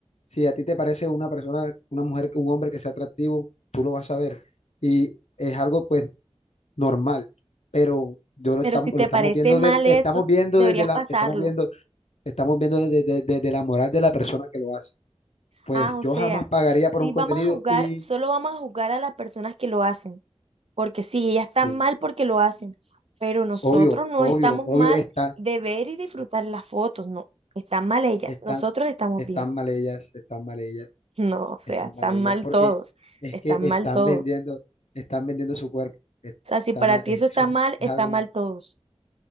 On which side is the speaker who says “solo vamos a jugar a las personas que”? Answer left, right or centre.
Right